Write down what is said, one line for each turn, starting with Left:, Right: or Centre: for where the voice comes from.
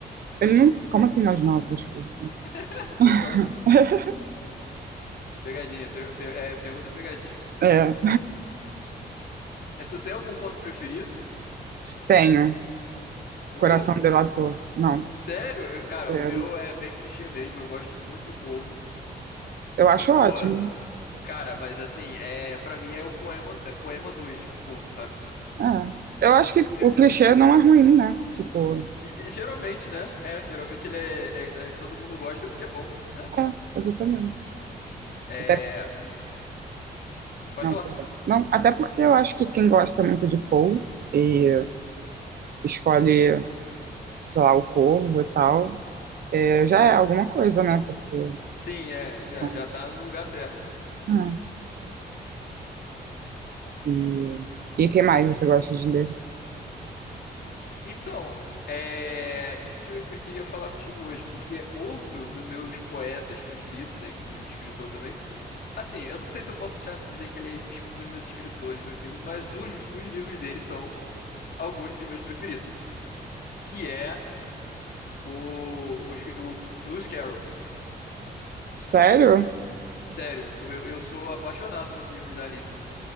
Right: Ele não. Como assim as novas? Desculpa.
Left: <laughs>
Right: <laughs>
Left: Tô zoando. Pegadinha. pe- pe- é, pergunta pegadinha.
Right: É,
Left: É, tu tem algum conto preferido?
Right: tenho.
Left: O
Right: Coração
Left: Corvo?
Right: Delator. Não.
Left: Sério? Eu- Cara,
Right: É,
Left: o meu é bem clichê mesmo, eu gosto muito do Corvo.
Right: eu acho
Left: Mas, pô,
Right: ótimo.
Left: cara, mas assim, é, para mim é o poema, é poema 2, o Corvo, sabe?
Right: É. Eu acho que
Left: É,
Right: o clichê não é ruim, né? Tipo,
Left: é, Geralmente, né? É, geralmente ele é, é- é- todo mundo gosta porque é bom, né?
Right: é, exatamente.
Left: É,
Right: Até,
Left: pode
Right: não,
Left: falar.
Right: perdão. Não, até porque eu acho que quem gosta muito de Paul e escolhe. sei lá, o corvo e tal, é, já é alguma coisa, né? Porque.
Left: Sim, é, já,
Right: então,
Left: já tá no lugar certo.
Right: é. E, e que mais você gosta de ler?
Left: Então, é, isso que eu, eu queria falar contigo hoje, porque outro dos meus poetas preferidos, né, inclusive escritor também, Assim, eu não sei se eu posso te dizer que ele é um es- um dos meus escritores preferidos, mas os, os livros dele são alguns dos meus preferidos. Que é o, o, escri- o Lewis Carroll.
Right: Sério?
Left: Sério, tu- eu, eu sou apaixonado nos livros da Alice.